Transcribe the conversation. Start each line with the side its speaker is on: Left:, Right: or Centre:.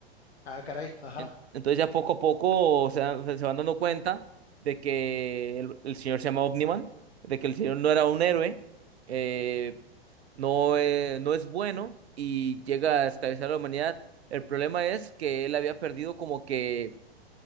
Left: Ah, caray, ajá.
Right: En- Entonces ya poco a poco se, dan- se van dando cuenta de que el, el señor se llama Omniman, de que el señor no era un héroe, eh, no, eh, no es bueno y llega a esclavizar a la humanidad. El problema es que él había perdido como que